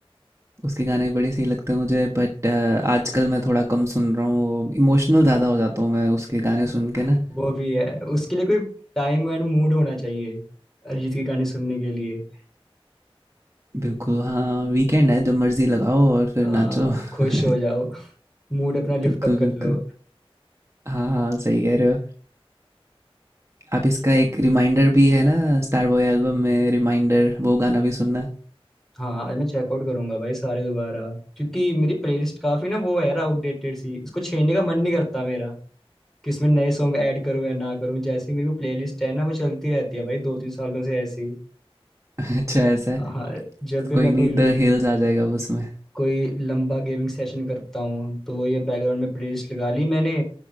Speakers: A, on the right; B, in the centre.
A: उसके गाने बड़े सही लगते हैं मुझे बट अ, आजकल मैं थोड़ा कम सुन रहा हूँ, इमोशनल ज़्यादा हो जाता हूँ मैं उसके गाने
B: <laughs>
A: सुन के ना।
B: वो भी है उसके लिए कोई टाइम एंड मूड होना चाहिए अरिजीत के गाने सुनने के लिए
A: बिल्कुल हाँ, वीकेंड है जब मर्ज़ी लगाओ और फिर
B: आ,
A: नाचो।
B: खुश
A: <laughs>
B: हो जाओ मूड अपना लिफ्ट
A: बिल्कुल,
B: अप
A: बिल्कुल।
B: कर लो
A: हाँ, हाँ, सही कह रहे हो। आप इसका एक रिमाइंडर भी है ना स्टार बॉय एल्बम में रिमाइंडर वो गाना भी सुनना
B: हाँ आज मैं चेकआउट करूंगा भाई सारे दोबारा क्योंकि मेरी प्लेलिस्ट काफी ना वो है यार आउटडेटेड सी इसको छेड़ने का मन नहीं करता मेरा कि इसमें नए सॉन्ग ऐड करूँ या ना करूँ जैसी मेरी वो प्लेलिस्ट है ना वो चलती रहती है भाई दो तीन सालों से ऐसी ही।
A: <laughs> अच्छा ऐसा है
B: हाँ हाँ,
A: तो
B: जब भी
A: कोई
B: मैं
A: नहीं
B: कोई
A: द हिल्स आ जाएगा वो उसमें
B: कोई लंबा गेमिंग सेशन करता हूँ तो वो ये बैकग्राउंड में प्लेलिस्ट लगा ली मैंने